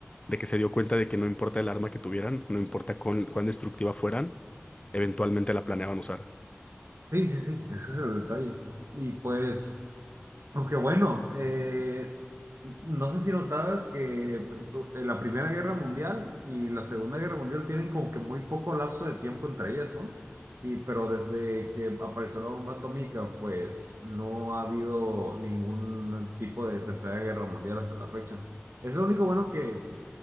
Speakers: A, on the left (about 25°); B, on the right (about 70°).
A: de que se dio cuenta de que no importa el arma que tuvieran, no importa cuán, cuán destructiva fueran, eventualmente la planeaban usar.
B: sí, sí, sí, ese es el detalle. Y pues. Aunque bueno, eh, no sé si notabas que eh, la Primera Guerra Mundial y la Segunda Guerra Mundial tienen como que muy poco lapso de tiempo entre ellas, ¿no? Y pero desde que apareció la bomba atómica, pues no ha habido ningún tipo de Tercera Guerra Mundial hasta la fecha. Es lo único bueno que